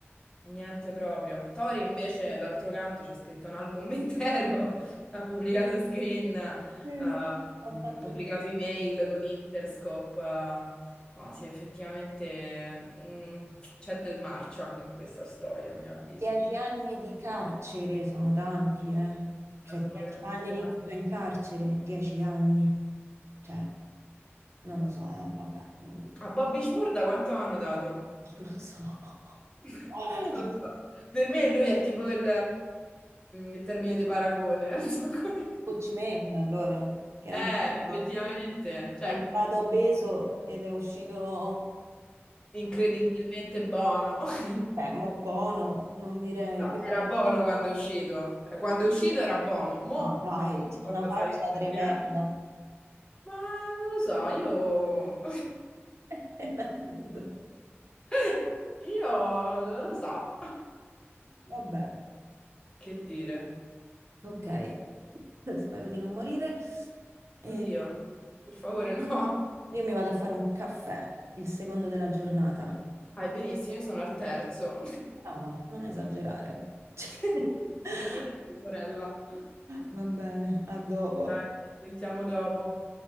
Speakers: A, on the left (about 20°); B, on the right (about 80°).
A: niente proprio. Tori invece, d'altro canto, c'è scritto un album intero, <laughs> ha pubblicato screen, eh,
B: Sì, sì. ha
A: mh,
B: fatto
A: pubblicato email con Interscope. eh. no, sì, effettivamente mh, c'è del marcio anche in questa storia, a mio avviso.
B: dieci anni di carcere, sono tanti, eh. Cioè,
A: Sono
B: dieci
A: veramente...
B: anni rinchiuso
A: da-
B: in carcere, dieci anni. Cioè, non lo so, eh, vabbè, mm,
A: A
B: <laughs>
A: Bobby Shmurda da quanto avevano dato?
B: non lo so.
A: <laughs>
B: <laughs>
A: Non lo so. Per me lui è tipo il, il termine di paragone. <laughs> non so come-
B: Ho Chi Minh, allora, che è
A: Eh,
B: entrato,
A: effettivamente, cioè,
B: è entrato obeso ed è uscito,
A: incredibilmente buono. <laughs>
B: eh, mo buono, non direi,
A: No,
B: però,
A: era buono quando è uscito. Eh, Quando è uscito era buono. Mo'
B: no, dai,
A: comunque
B: c'ha
A: sono
B: una
A: passati
B: faccia
A: sette
B: tremenda.
A: anni. Ma non lo so, io...
B: <laughs> È tremendo.
A: <laughs> Io non lo so.
B: Vabbè,
A: Che dire?
B: ok, spero di non morire. E
A: Oddio, per favore, no.
B: io mi vado a fare un caffè, il secondo della giornata.
A: Vai benissimo, io sono al terzo.
B: Brava, non esagerare. <laughs>
A: <laughs> Nemmeno mia sorella.
B: Va bene, a dopo.
A: Dai, ci sentiamo dopo.